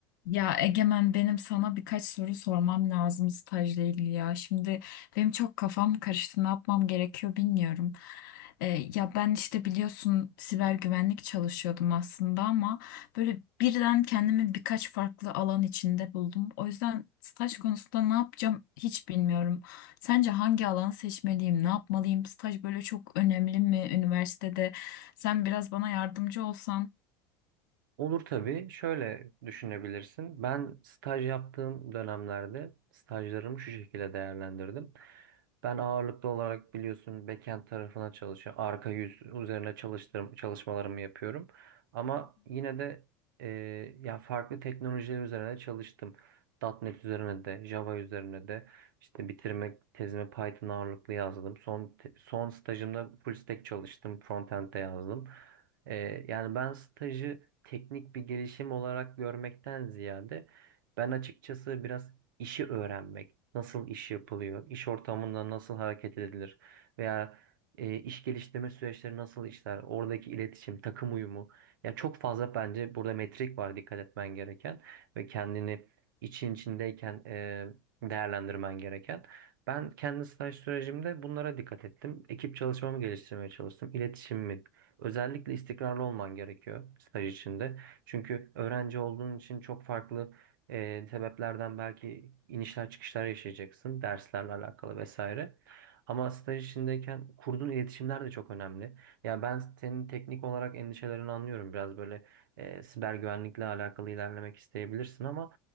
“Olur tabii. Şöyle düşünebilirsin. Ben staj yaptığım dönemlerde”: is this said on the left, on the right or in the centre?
Right